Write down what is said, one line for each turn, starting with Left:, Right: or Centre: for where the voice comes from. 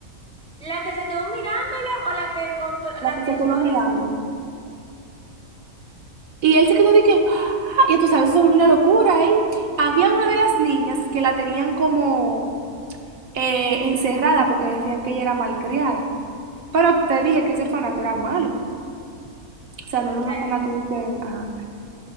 Centre: ¿la que se quedó mirándola o la que encontró, la
Right: la que
Centre: que
Right: se quedó
Centre: estaba
Right: mirándola.
Centre: desnuda?
Right: Y él se quedó de que, ¡ah! ya tú sabes, eso se volvió una locura ahí. Había una de las niñas que la tenían como eh, encerrada porque decían que ella era malcriada. Pero te dije que ese orfanato era malo. O sea,
Centre: Ok,
Right: no era
Centre: o
Right: un
Centre: sea,
Right: orfanato de que, ajá.